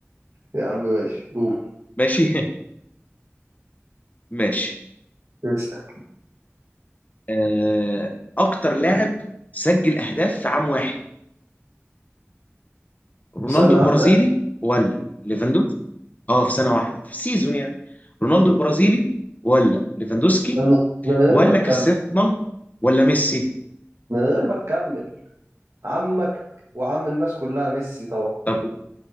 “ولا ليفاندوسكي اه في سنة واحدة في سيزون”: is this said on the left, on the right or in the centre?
Left